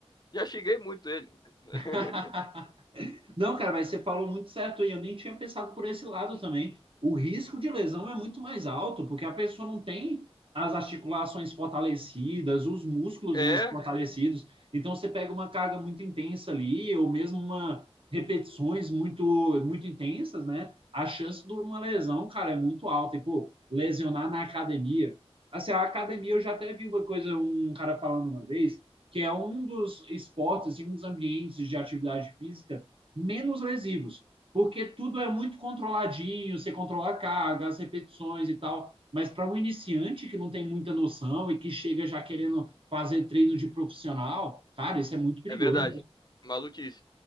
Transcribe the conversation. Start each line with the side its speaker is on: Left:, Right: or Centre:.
Left: já xinguei muito ele. <laughs>
Right: <laughs> Não, cara, mas você falou muito certo aí. Eu nem tinha pensado por esse lado também. O risco de lesão é muito mais alto, porque a pessoa não tem as articulações fortalecidas, os músculos
Left: É,
Right: mesmo fortalecidos. Então você pega uma carga muito intensa ali, ou mesmo uma repetições muito muito intensas, né? A chance de uma lesão, cara, é muito alta. E pô, lesionar na academia. Assim, a academia eu já até vi uma coisa, um cara falando uma vez, que é um dos esportes, assim, um dos ambientes de atividade física menos lesivos, porque tudo é muito controladinho, você controla a carga, as repetições e tal. Mas para um iniciante que não tem muita noção e que chega já querendo fazer treino de profissional, cara, isso é muito perigoso.
Left: é verdade. Maluquice.